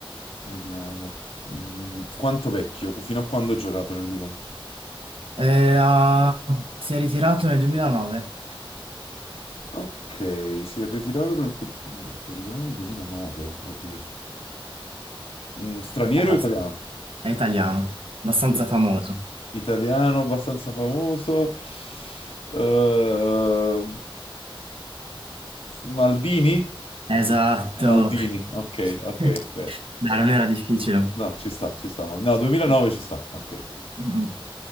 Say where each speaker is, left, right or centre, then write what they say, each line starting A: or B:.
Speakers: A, on the left (about 85°); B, on the right (about 70°).
A: Vediamo. Mm, quanto vecchio? Fino a quando ha giocato nel Milan?
B: Eh, ha- si è ritirato nel 2009.
A: Ok, si è ritirato nel, tu- mm, si è ritirato nel 2009, oddio. Mm, straniero
B: È, abbast-
A: o italiano?
B: è italiano, abbastanza
A: I-
B: famoso.
A: italiano, abbastanza famoso. Eh, Maldini?
B: Esatto.
A: Maldini, ok, ok.
B: <laughs>
A: beh.
B: Dai, non era difficile.
A: No, ci sta, ci sta. ma- No, 2009 ci sta, ok.
B: Mm.